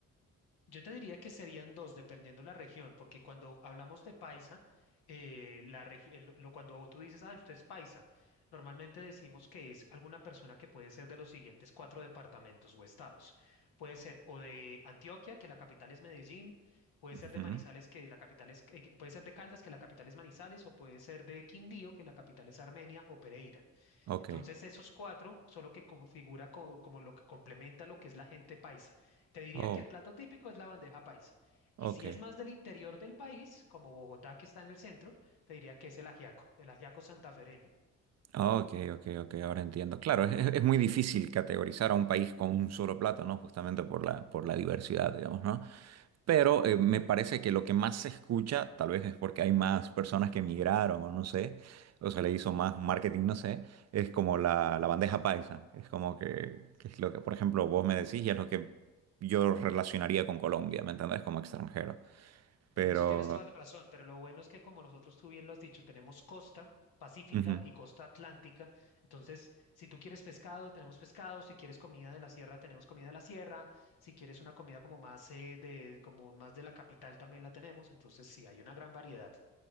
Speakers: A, on the left; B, on the right.
A: Yo te diría que serían dos, dependiendo la región, porque cuando hablamos de paisa, eh, la regi- eh, lo, lo- cuando tú dices, ah, usted es paisa, normalmente decimos que es alguna persona que puede ser de los siguientes cuatro departamentos o estados. Puede ser o de Antioquia, que la capital es Medellín, puede ser
B: Ujú.
A: de Manizales, que la capital es, eh, que- puede ser de Caldas, que la capital es Manizales, o puede ser de Quindío, que la capital es Armenia o Pereira.
B: Ok.
A: Entonces, esos cuatro son lo que configura co- como lo que complementa lo que es la gente paisa. Te diría
B: Oh,
A: que el plato típico es la bandeja paisa. Y
B: ok.
A: si es más del interior del país, como Bogotá, que está en el centro, te diría que es el ajiaco, el ajiaco santafereño.
B: Ok, ok, ok, ahora entiendo. Claro, es, es muy difícil categorizar a un país con un solo plato, ¿no? Justamente por la, por la diversidad, digamos, ¿no? Pero eh, me parece que lo que más se escucha, tal vez es porque hay más personas que emigraron o no sé, o se le hizo más marketing, no sé, es como la, la bandeja paisa. Es como que, que es lo que, por ejemplo, vos me decís y es lo que yo relacionaría con Colombia, ¿me entendés? Como extranjero.
A: En
B: Pero...
A: eso tienes toda la razón, pero lo bueno es que como nosotros tú bien lo has dicho, tenemos costa pacífica
B: ujú.
A: y costa atlántica. Entonces, si tú quieres pescado, tenemos pescado, si quieres comida de la sierra, tenemos comida de la sierra, si quieres una comida como más eh, de como más de la capital también la tenemos, entonces sí hay una gran variedad.